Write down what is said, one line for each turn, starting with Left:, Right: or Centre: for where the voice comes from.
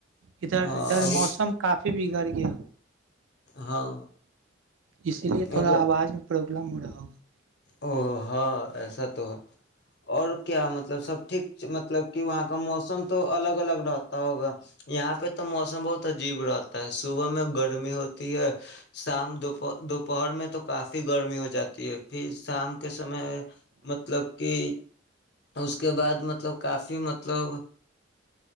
Right: ادھر
Left: ہاں
Right: ادھر
Left: ابھی
Right: موسم کافی بگڑ گیا
Left: ہاں
Right: اسی لیے
Left: مطلب
Right: تھوڑا آواز میں پرابلم ہو رہا اب <unintelligible>
Left: او ہاں ایسا تو ہے اور کیا مطلب سب ٹھیک مطلب کہ وہاں کا موسم تو الگ الگ رہتا ہوگا یہاں پہ تو موسم بہت عجیب رہتا ہے صبح میں گرمی ہوتی ہے شام دوپر دوپہر میں تو کافی گرمی ہو جاتی ہے پھر شام کے سمے مطلب کہ اس کے بعد مطلب کافی مطلب